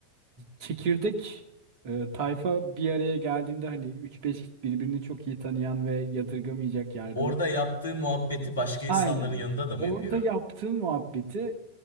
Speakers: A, on the right (about 45°); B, on the left (about 75°).
A: çekirdek e, tayfa bir araya geldiğinde hani üç beş birbirini çok iyi tanıyan ve yadırgamayacak yargılı.
B: Orada yaptığı muhabbeti başka insanların
A: Aynen.
B: yanında da mı
A: Orada
B: yapıyor?
A: yaptığım muhabbeti